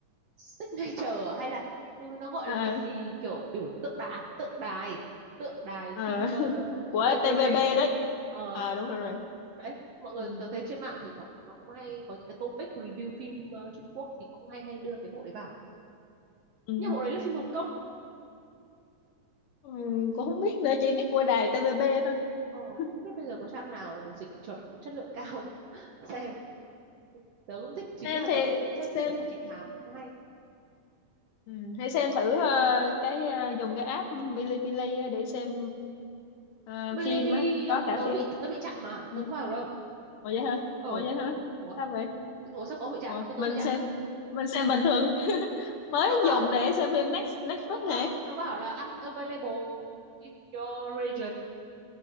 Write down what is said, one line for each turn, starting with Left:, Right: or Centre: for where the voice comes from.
Right: signature à? hay là ừ, nó gọi
Left: Ờ,
Right: là cái gì kiểu biểu tượng đài tượng đài tượng đài
Left: ờ.
Right: phim
Left: <laughs>
Right: ờ,
Left: của
Right: TVB
Left: TVB đấy
Right: ờ
Left: à đúng rồi rồi
Right: đấy mọi người
Left: ừ.
Right: tớ thấy trên mạng thỉnh thoảng bọn nó cũng hay có những cái topic review phim ờ, Trung Quốc thì cũng hay hay đưa cái bộ đấy vào
Left: Ừ.
Right: nhưng bộ đấy là phim Hồng Kông đúng không?
Left: Ừ. cũng không biết nữa chỉ biết của đài TVB thôi
Right: Ờ,
Left: <laughs>
Right: không biết bây giờ có trang nào dịch chuẩn chất lượng cao <laughs> xem tớ cũng thích chính
Left: xem
Right: là
Left: thì
Right: tớ cũng thích,
Left: xem
Right: thích xem trinh thám cũng hay
Left: Ừ, hãy xem thử ờ, cái ờ, dùng cái app Bilibili á để xem ờ,
Right: Bilibili
Left: phim á
Right: á
Left: có cả
Right: tớ
Left: phim
Right: bị tớ bị chặn mà
Left: ừ.
Right: tớ có vào được đâu
Left: Ủa vậy hả
Right: ờ
Left: Ủa vậy hả
Right: ủa
Left: sao vậy
Right: ủa sao có bị chặn
Left: Ủa,
Right: tớ tớ
Left: mình
Right: bị chặn
Left: xem mình xem bình thường <laughs>
Right: Ờ,
Left: mới
Right: nó bảo
Left: dùng để xem phim Next- Netflix
Right: nó bảo
Left: này
Right: nó bảo là unavailable in your region